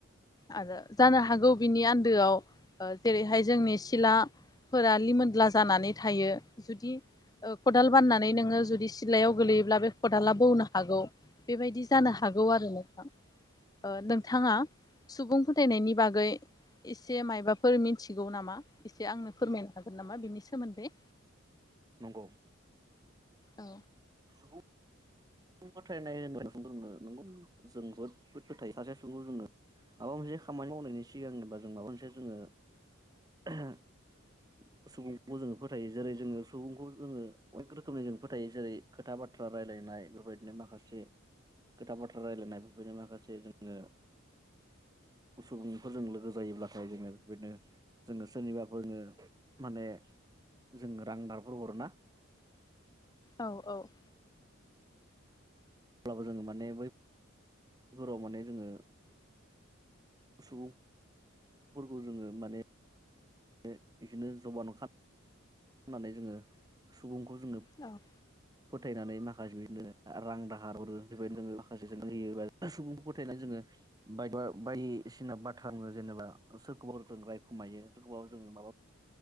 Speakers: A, on the left; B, on the right.
A: आरो जानो हागौ बिनि आन्दोआव ओ जेरैहाय जोंनि सिला फोर लिमोनला जानानै थायो जुदि ओ खदाल बाननानै नोङो जुदि सिलायाव गोगलैयोब्ला बे खदाला बौनो हागौ बेबायदि जानो हागौ आरो नोंथां। ओ नोंथाङा सुबुं फोथायनायनि बागै एसे मायबाफोर मिथिगौ नामा एसे आंनो फोरमायनो हागोन नामा बिनि सोमोन्दै।
B: नंगौ।
A: औ।
B: सुबुं फोथायनाय होन नंगौ जों बदबोद फोथायो सासे सखौ जोङो <unintelligible> माबा मोनसे खामानि मावनायनि सिगां होनोबा जों माबा मोनसे जोङो - <inaudible> सुबुंखौ जोङो फोथायो जेरै जोङो सुबुंखौ जोङो अनेक रोखोमनि जों फोथायो जेरै खोथा बाथ्रा रायलायनाय बे बेबायदिनो माखासे खोथा बाथ्रा रायजलायनाय बेबायदिनो माखासे जोङो सुबुंफोरजों लोगो जायोब्लाथाय जोङो बेबायनो जोङो सोरनिबाफोरो माने जों रांदारफोर हरोना।
A: औ - औ।
B: अब्लाबो जोङो माने बैफोराव माने जोङो सुबुंफोरखौ जोङो माने बे बिदिनो जबान'नानै जोङो सुबुंखौ जोङो <unintelligible>
A: औेल <unintelligible>
B: फोथायनानै माखासे बिदिनो रां दाहार हरो बेबायनोङो माखासे जो होयोा सुबुंखौ फोथायनानै जोङो <unintelligible> बाय बायदिसिना बाथ्राङो जेनेबा सोरखौबा जों रायखुमायो सोरखौबा जो माबा <unintelligible>